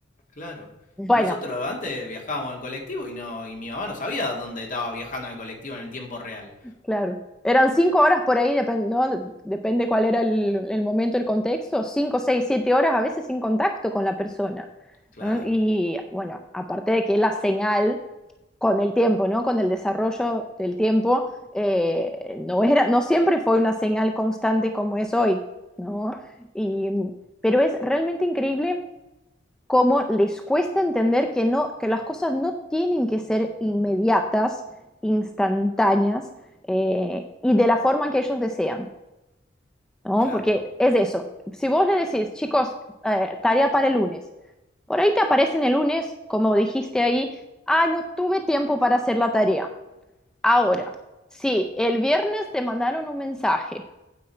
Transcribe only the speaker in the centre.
Bueno,
Claro. Eran cinco horas por ahí, depende, ¿no? Depende cuál era el, el momento, el contexto, cinco, seis, siete horas a veces sin contacto con la persona.
¿no? Y bueno, aparte de que la señal con el tiempo, ¿no? Con el desarrollo del tiempo, eh, no era, no siempre fue una señal constante como es hoy, ¿no? Y, pero es realmente increíble cómo les cuesta entender que, no, que las cosas no tienen que ser inmediatas, instantáneas eh, y de la forma que ellos desean, ¿no?
Porque es eso. Si vos le decís, chicos, eh, tarea para el lunes, por ahí te aparecen el lunes, como dijiste ahí, ah, no tuve tiempo para hacer la tarea. Ahora, si el viernes te mandaron un mensaje